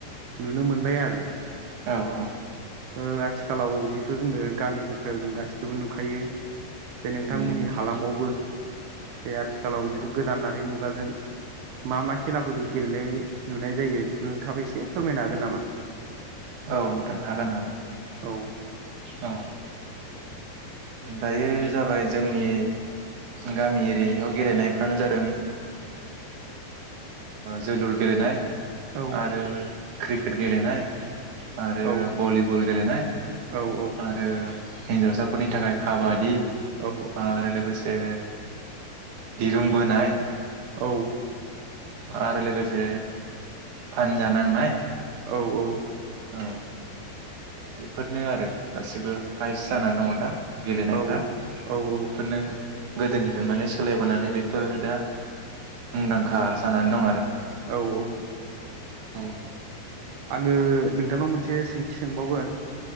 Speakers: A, on the right (about 70°); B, on the right (about 60°).
A: नुनो मोनबाय आरो
B: औ औ
A: ओ आथिखालाव जिथु जोङो गामि गफायाव जों गासिखौबो नुखायो जे नोंथांमोननि
B: नुयो नुयो
A: हालामावबो जे आथिखालाव जिथु गोदानारि मुगाजों मा मा खेलाफोरखौ गेलेनाय नुनाय जायो नोंथाङाबो एसे फोरमायनो हागोन नामा?
B: औ नोंथां हागोन हागोन
A: औ
B: औ दायो जाबाय जोंनि गामि एरियायाव गेलेनायफ्रानो जादों जोलुर गेलेनाय।
A: औ
B: आरो क्रिकेट गेलेनाय आरो
A: औ
B: भलि बल गेलेनाय
A: औ
B: आरो हिन्जावसाफोरनि थाखाय खाबादि
A: औ
B: आरो लोगोसे दिरुंबोनाय।
A: औ।
B: आरो लोगोसे फानजा नांनाय
A: औ औ
B: औ बेफोरनो आरो गासिबो हाइस जानानै दङ दा गेलेनायफ्रा।
A: औ
B: बेफोरनो
A: औ
B: गोदोनिफ्राय माने सोलायबोनानै बेफोर दा मुंदांखा जानानै दं आरो।
A: औ औ
B: औ
A: आङो नोंथांनाव मोनसे सोंथि सोंबावगोन